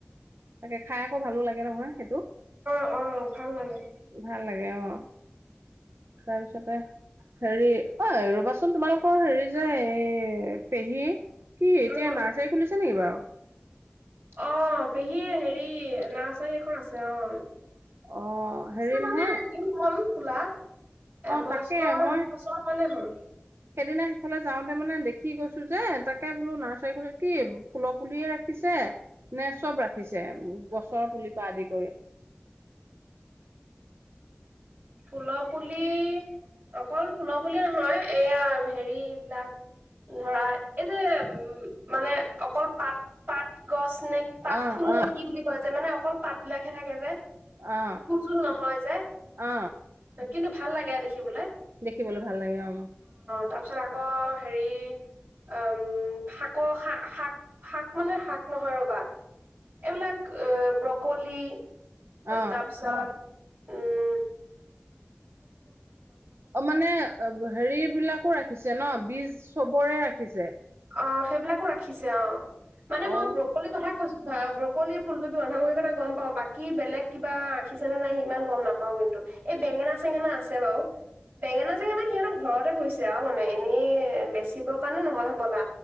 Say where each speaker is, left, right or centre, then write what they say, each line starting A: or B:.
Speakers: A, on the right; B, on the right.
A: তাকে খাই আকৌ ভালো লাগে নহয়, সেইটো
B: অ অ ভাল লাগে
A: ভাল লাগে, অ' তাৰপিছতে হেৰি, অ'ৰবাচোন তোমালোকৰ হেৰি যে এই পেহী কি এতিয়া
B: উম
A: নাৰ্চাৰি খুলিছা? ছে নেকি বাৰু?
B: অ পেহীৰ হেৰি নাৰ্চাৰী এখন আছে। অ'
A: অ'
B: পিছে
A: হেৰি
B: মানে
A: নহয়
B: দিন হ'ল খোলা এবছৰ
A: অ তাকে মই
B: দুবছৰ মানে হ'ল।
A: সেইদিনা সিফালে যাওঁতে মানে দেখি গৈছো যে, তাকে বোলো নাৰ্চাৰী খনত কি ফুলৰ পুলিয়ে ৰাখিছে নে? চব ৰাখিছে গছৰ পুলিৰ পৰা আদি কৰি।
B: ফুলৰ পুলি, অকল ফুলৰ পুলি নহয়, এয়া হেৰি লাখ ধৰা, এইযে
A: <unintelligible>
B: মানে অকল পাত পাত গছ নে পাত
A: অ
B: ফুল নে
A: অ
B: কি বুলি কয় যে মানে অকল পাত বিলাকহে থাকে যে
A: অ
B: ফুল চুল নহয় যে
A: অ
B: কিন্তু, ভাল লাগে দেখিবলৈ।
A: দেখিবলৈ ভাল লাগে, অ'
B: তাৰপিছত আকৌ হেৰি, উ শাকৰ শ শাক শাক মানে শাক নহয় ৰবা, এইবিলাক এ ব্ৰকলি,
A: অ
B: তাৰপিছত আহ <unintelligible>
A: অ মানে হে হেৰি বিলাকো ৰাখিছে ন? বীজ চবৰে ৰাখিছে?
B: অঁ ', সেইবিলাকো ৰাখিছে অঁ',। মানে
A: অ
B: মই ব্ৰকলিৰ কথা কৈছো ভ <unintelligible> ব্ৰকলি, ফুলকবি, বন্ধাকবিৰ কথা গম পাও বাকি বেলেগ কিবা ৰাখিছেনে নাই ইমান গম নাপাও, কিন্তু এই বেঙেনা -চেঙেনা আছে বাৰু বেঙেনা - চেঙেনা সিহঁতক ঘৰতে গৈছে আৰু মানে এনে বেচিব কাৰণে নহয় হব। কলা